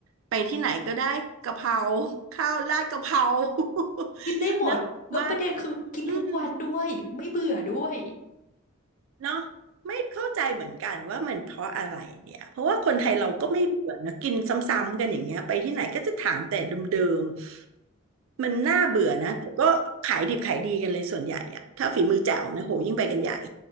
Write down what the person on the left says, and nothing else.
กินได้หมดแล้วประเด็นคือกินทุกวันด้วยไม่เบื่อด้วย